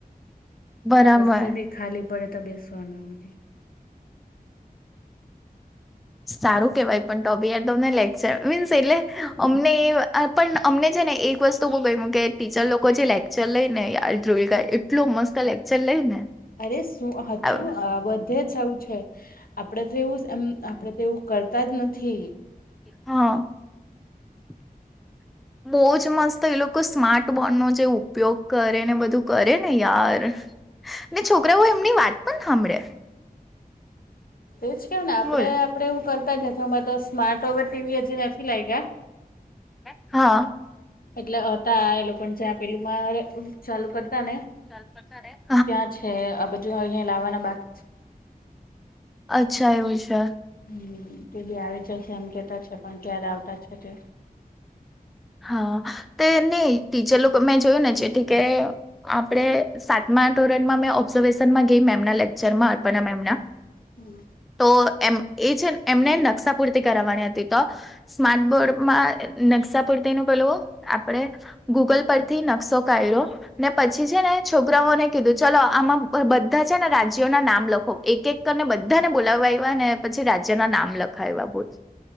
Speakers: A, in the centre; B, on the left.
A: બરાબર
B: કસે બી ખાલી પડે તો બેસવાનું એમકે.
A: સારું કેવાય પણ તોબીયાર તો અમને લેક્ચર મીન્સ એટલે અમને પણ અમને છે ને એક વસ્તુ બહુ ગયમુ કે ટીચર લોકો જે લેક્ચર લઈ ને યાર <unintelligible> એટલો મસ્ત લેક્ચર લઈ ને.
B: અરે શું હજુ
A: હા
B: બધે જ આવું છે આપડે તો એવું એમ આપણે તો એવું કરતા જ નથી.
A: હા. <inaudible> બહુજ મસ્ત એ લોકો સ્માર્ટ બોર્ડનો જે ઉપયોગ કરે ને બધું કરે ને યાર ને છોકરાઓ એમની વાત પણ સાંભળે.
B: એજ કેવ ને આપડે
A: બોલ
B: આપડે એવું કરતા જ નથી અમારે તો સ્માર્ટ ઓવેર ટીવી હજી નથી લાયગા.
A: હા
B: એટલે હતા એ લોકો જ્યાં પેલું મા ચાલુ કરતા ને
A: <inaudible>
B: ત્યાં છે આ બાજુ અહીં લાવવાના બાકી છે.
A: <unintelligible>
B: હમ તે બી આવી જશે એમ કેતા છે પણ ક્યારે આવતા છે તે
A: હા તે નહી ટીચર લોકો મેં જોયું ને જેથી કે આપણે સાતમા ધોરણમાં મેં ઓબ્ઝર્વેશનમાં ગઈ મેમના લેક્ચરમાં અર્પના મેમના.
B: હમ.
A: તો એમ એ છે એમને નકશા પૂરતી કરાવવાની હતી. તો સ્માર્ટ બોર્ડમાં નકશા પડતી ન પેલ આપડે ગૂગલ પરથી નકશો કર્યો ને પછી છે ને છોકરાઓને કીધું ચલો આમાં બધા છે ને રાજ્યોના નામ લખો. એક-એક તને બધાને બોલાવવા આવવા ને પછી રાજ્ય ના નામ લખાવ એવા બોલ.